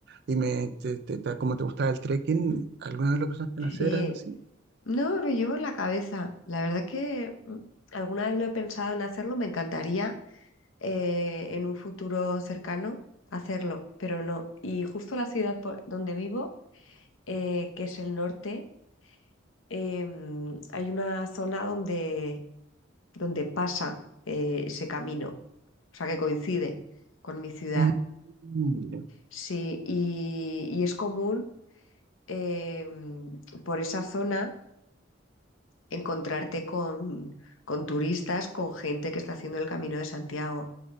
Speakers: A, on the right (about 50°); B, on the left (about 80°).
A: y me, te- te- te- como te gustaba el trekking, ¿alguna vez lo pensaste
B: sí.
A: en hacer, algo así?
B: No, lo llevo en la cabeza. La verdad que mm, alguna vez lo he pensado en hacerlo, me encantaría eh, en un futuro cercano hacerlo, pero no. Y justo la ciudad por donde vivo, eh, que es el norte, eh, hay una zona donde, donde pasa eh, ese camino, o sea que coincide con mi ciudad.
A: Mm, ya.
B: Sí, y, y es común eh, por esa zona encontrarte con, con turistas, con gente que está haciendo el Camino de Santiago.